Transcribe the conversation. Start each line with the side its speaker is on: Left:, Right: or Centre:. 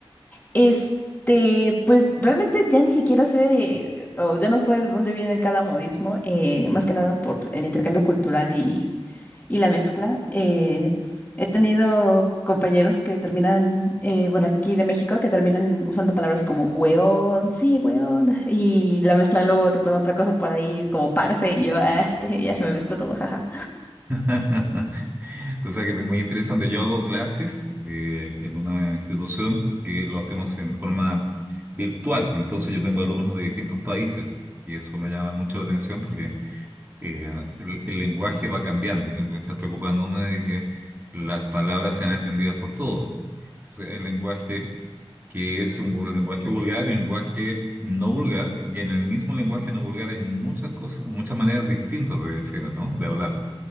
Left: Este, pues realmente ya ni siquiera sé, o ya no sé de dónde viene cada modismo, eh, más que nada por el intercambio cultural y, y la mezcla. Eh, he tenido compañeros que terminan, eh, bueno, aquí de México, que terminan usando palabras como hueón, sí, hueón, y la mezclan luego con otra cosa por ahí, como parce, y yo, "Ah, este, ya se me mezcló todo, jaja.
Right: <laughs> Tú sabes que es muy interesante. Yo hago clases eh, en una institución que lo hacemos en forma virtual. Entonces yo tengo alumnos de distintos países y eso me llama mucho la atención porque eh, el, el lenguaje va cambiando y tengo que estar preocupándome de que las palabras sean entendidas por todos. O sea, el lenguaje que es un vul- lenguaje vulgar, el lenguaje no vulgar y en el mismo lenguaje no vulgar hay muchas cosas, muchas maneras distintas de decirlo, ¿no? De hablar.